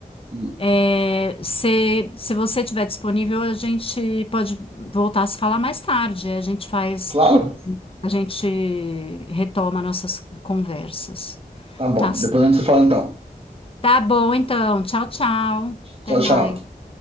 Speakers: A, on the right; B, on the left.
A: Hum,
B: É, se, se você estiver disponível, a gente pode voltar a se falar mais tarde. A gente faz,
A: Claro.
B: a gente retoma nossas conversas.
A: Tá bom.
B: Tá,
A: Depois a gente se fala então.
B: tá bom, então. Tchau, tchau. Até
A: Tchau,
B: mais.
A: tchau.